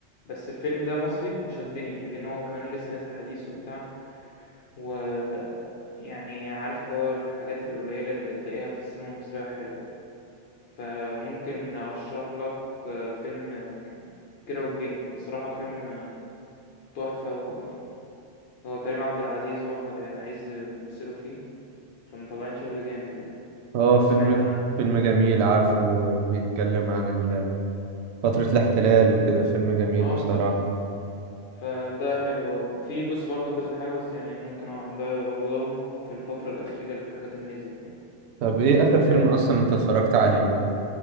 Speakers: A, on the left (about 65°); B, on the right (about 75°).
A: بس الفيلم ده مصري وشدني لأن هو كمان لسه نازل حديث وبتاع ويعني عارف اللي هو الحاجات القليلة اللي تلاقيها في السينما المصرية حلوة يعني فممكن أرشح لك آه، فيلم آه، كيرة والجن بصراحة فيلم يعني تحفة وهو كريم عبد العزيز وأحمد عز بيمثلوا فيه فمطلعين شغل جامد يعني
B: اه
A: لو
B: فيلم
A: سمعت
B: ج-
A: عنه
B: فيلم جميل عارفه آه، بيتكلم عن ال- فترة الاحتلال وكده فيلم جميل
A: اه
B: بصراحة
A: بالظبط فده حلو أوي في بص برضه كذا حاجة بس يعني ممكن أ- ده أفضلهم في الفترة الأخيرة الحاجات اللي نزلت يعني
B: طب ايه اخر
A: آه،
B: فيلم اصلا انت اتفرجت عليه